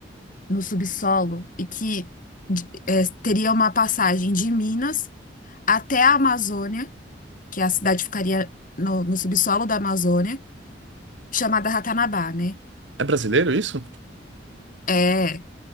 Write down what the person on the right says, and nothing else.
É brasileiro isso?